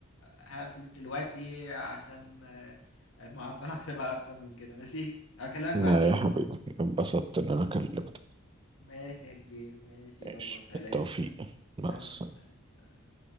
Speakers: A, on the left; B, on the right.
A: هقفل دلوقتي عشان آه ما اعطلكش بقى اكتر من كده ماشي اكلمك بعدين
B: لا يا حبيبي انبسطت إن أنا كلمتك
A: ماشي يا كبير ماشي يلا
B: ماشي
A: سلام
B: بالتوفيق
A: سلام
B: مع السلامة
A: سلام سلام سلام